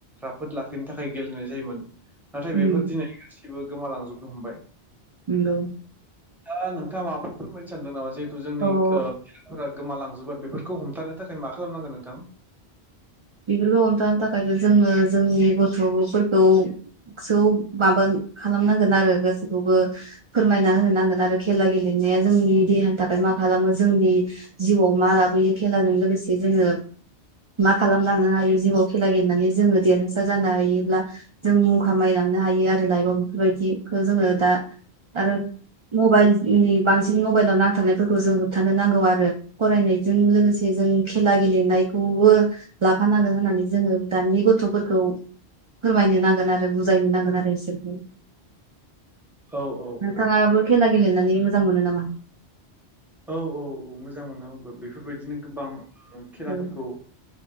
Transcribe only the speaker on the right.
उम,
नंगौ
थ'
बेफोरखौ हमथानो थाखायथ' जोंङो जोंनि गथ'फोरखौ सो माबा खालामनांगोन आरो गासैखौबो फोरमायना होनो नांगोन आरो खेला गेलेनाया जोंनि देहानि थाखाय मा खालामो जोंनि जिउआव मा लाबोयो खेलाजों लोगोसे जोंङो खालामलांनो हायो जिउआव खेला गेलेनानै जोङो देरहासार जानो हायोब्ला जों मुं खामायलांनो हायो आरो लाइफआव बेफोरबायदिखौ जोङो दा आरो मबाइलनि बांसिन मबाइलाव नांथारनायफोरखौ जों होबथानो नांगौ आरो फरायनायजों लोगोसे जों खेला गेलेनायखौबो लाफानांगोन होननानै जोङो दानि गथ'फोरखौ फोरमायनो नांगोन आरो बुजायनो नांगोन आरो बिसोरखौ
नोंथाङाबो खेला गेलेनानै मोजां मोनो नामा?
औ